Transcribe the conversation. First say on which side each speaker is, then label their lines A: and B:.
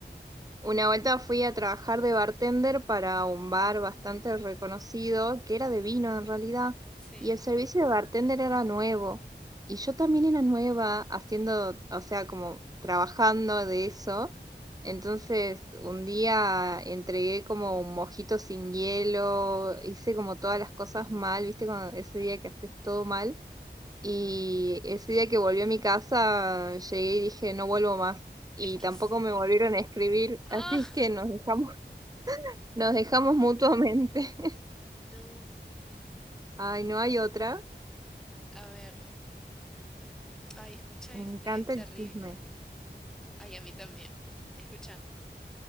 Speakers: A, on the right; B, in the centre.
A: Una vuelta fui a trabajar de bartender para un bar bastante reconocido, que era de vino en realidad,
B: Sí.
A: y el servicio de bartender era nuevo. Y yo también era nueva haciendo, o sea, como trabajando de eso. Entonces, un día entregué como un mojito sin hielo,
B: Mm,
A: hice como todas las cosas mal, ¿viste? Cuando- ese día que haces todo mal. Y ese día que volví a mi casa, llegué y dije, no vuelvo más. Y
B: Es que
A: tampoco
B: sí,
A: me
B: no.
A: volvieron a escribir,
B: ¡Ah!
A: así es que nos dejamos, <laughs> nos dejamos mutuamente. <laughs>
B: No.
A: Ay, no hay otra.
B: A ver. Ay, escucha
A: Me
B: este,
A: encanta
B: es terrible.
A: el chisme.
B: Ay, a mí también. Escucha.